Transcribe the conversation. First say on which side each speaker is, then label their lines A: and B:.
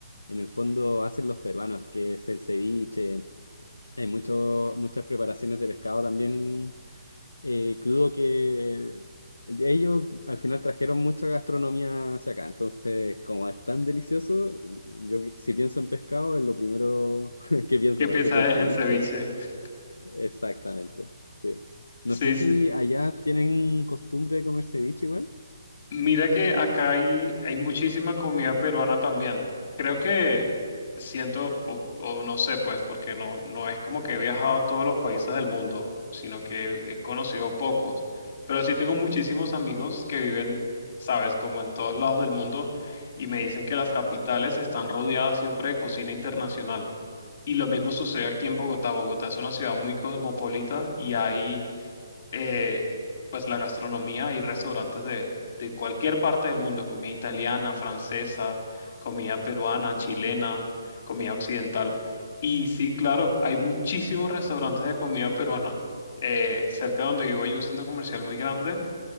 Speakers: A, on the left; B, on the left.
A: en el fondo hacen los peruanos, que es el ceviche. Hay mucho- muchas preparaciones de pescado también eh, crudo que ellos al final trajeron mucha gastronomía hacia acá, entonces como es tan delicioso, yo si pienso en pescado es lo primero <laughs> que pienso,
B: ¿qué
A: por
B: piensas
A: ejemplo el ceviche,
B: en ceviche? <laughs>
A: exactamente, sí. No
B: Sí,
A: sé si
B: sí.
A: allá tienen costumbre de comer ceviche igual.
B: Mira que acá hay, hay muchísima comida peruana también. Creo que siento, o, o no sé, pues, porque no, no es como que he viajado a todos los países del mundo, sino que he, conocido pocos. Pero sí tengo muchísimos amigos que viven, sabes, como en todos lados del mundo y me dicen que las capitales están rodeadas siempre de cocina internacional. Y lo mismo sucede aquí en Bogotá. Bogotá es una ciudad muy cosmopolita y hay eh, pues la gastronomía y restaurantes de, de cualquier parte del mundo, comida italiana, francesa, comida peruana, chilena, comida occidental. Y sí, claro, hay muchísimos restaurantes de comida peruana. Eh, cerca de donde vivo hay un centro comercial muy grande